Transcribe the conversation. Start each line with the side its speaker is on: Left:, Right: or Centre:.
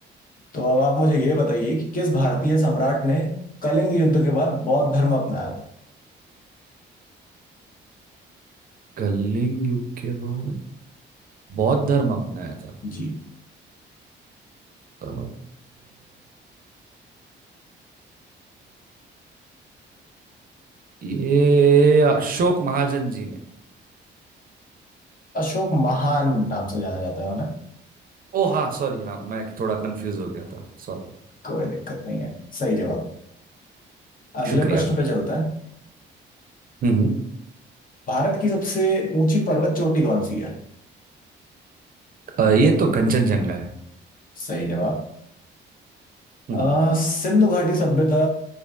Left: तो अब आप मुझे ये बताइए कि किस भारतीय सम्राट ने कलिंग युद्ध के बाद बौद्ध धर्म अपनाया था
Right: कलिंग युग के बाद बौद्ध धर्म अपनाया था
Left: जी
Right: अ, ये अशोक महाजन जी ने
Left: अशोक महान नाम से जाना जाता है ना
Right: ओ हाँ सॉरी हाँ मैं थोड़ा कंफ्यूज हो गया था सॉरी
Left: कोई दिक्कत नहीं है सही जवाब अगले
Right: शुक्रिया
Left: प्रश्न पे चलता है
Right: हम्म हम्म।
Left: भारत की सबसे ऊंची पर्वत चोटी कौन सी है
Right: अ, ये तो कंचनजंगा है
Left: सही जवाब
Right: हम्म,
Left: अ, सिंधु घाटी सभ्यता